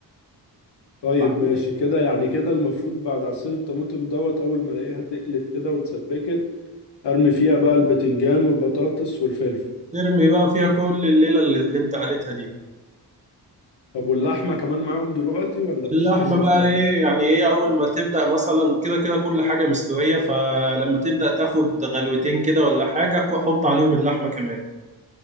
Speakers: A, on the left; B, on the right.
A: طيب
B: بعد
A: ماشي كده يعني كده المفروض بعد عصير الطماطم دوت أول ما ألاقيها تقلت كده واتسبكت أرمي فيها بقى البتنجان والبطاطس والفلفل
B: ترمي بقى فيها كل الليله اللي, اللي انت قالتها دي
A: طب واللحمة كمان معاهم دلوقتي ولا بتستنى
B: اللحمه بقى
A: شوية؟
B: ايه يعني ايه اول ما تبدا مثلا كده كده كل حاجه مستويه فلما تبدا تاخد غلوتين كده ولا حاجه حط عليهم اللحمه كمان